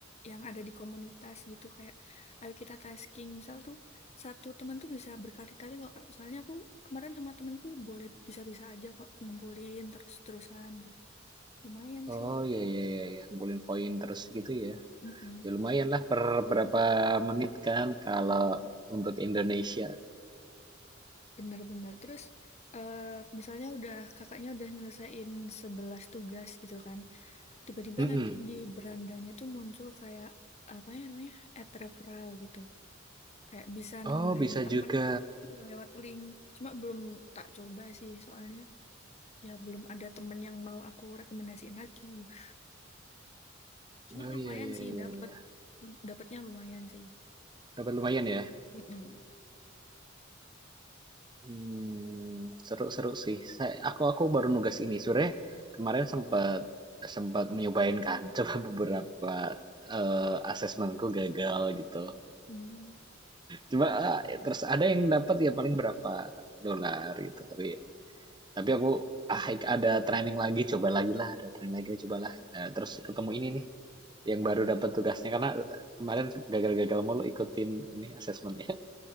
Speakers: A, on the left; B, on the right.
A: yang ada di komunitas gitu, kayak ayo kita tasking. Misal tuh satu temen tuh bisa berkali-kali kok, Kak. Soalnya aku kemarin sama temenku boleh bisa-bisa aja kok ngumpulin terus-terusan gitu. Lumayan
B: Oh
A: sih.
B: iya iya iya iya. Ngumpulin poin terus gitu ya.
A: Mm-mm.
B: Ya lumayan lah per berapa menit kan kalau
A: Mm-mm.
B: untuk Indonesia.
A: Benar-benar. Terus eh, misalnya udah kakaknya udah nyelesain 11 tugas gitu kan. Tiba-tiba
B: Mm-mm.
A: nanti di berandanya tuh muncul kayak apa ya namanya? Ad referral gitu. Kayak bisa nambahin
B: Oh bisa
A: temen
B: juga.
A: lewat link. Cuma belum tak coba sih soalnya ya belum ada temen yang mau aku rekomendasiin lagi. gitu. Cuma
B: Oh
A: lumayan
B: iya iya
A: sih
B: iya.
A: dapet
B: iya.
A: dapetnya lumayan sih.
B: Dapat lumayan ya.
A: Mm-mm.
B: Hmm, seru-seru sih. Saya, aku aku baru nugas ini sore. Kemarin sempat sempat nyobain kan. <laughs> Coba beberapa eh asesmenku gagal gitu.
A: Hmm.
B: Cuma ah, terus ada yang dapat ya paling berapa dolar gitu. Tapi tapi aku ah ada training lagi, coba lagi lah, ada training lagi, coba lah. Eh, terus ketemu ini nih yang baru dapat tugasnya karena kemarin gagal-gagal mulu ikutin ini asesmennya.